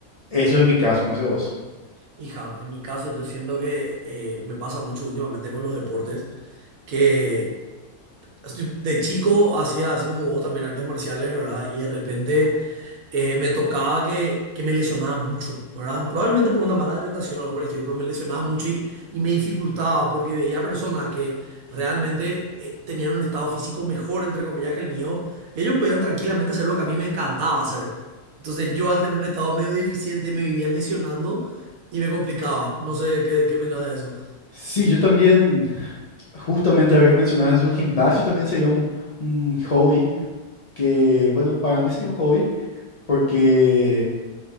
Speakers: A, on the left; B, on the right.
A: eso es mi caso, no sé vos.
B: Hija, en mi caso yo siento que eh, me pasa mucho últimamente con los deportes que Así, De chico hacía así como vos también artes marciales, ¿verdad? Y de repente eh, me tocaba que, que me lesionaba mucho, ¿verdad? Probablemente por una mala alimentación o algo por el estilo, pero me lesionaba mucho y, y me dificultaba porque veía personas que realmente eh, tenían un estado físico mejor, entre comillas, que el mío, y ellos podían tranquilamente hacer lo que a mí me encantaba hacer. Entonces yo al tener un estado medio deficiente me vivía lesionando y me complicaba. No sé qué, qué opinas de eso.
A: Sí, yo también Justamente, a ver que mencionas eso, el gimnasio también sería un, un hobby que, bueno, para mí sería un hobby porque,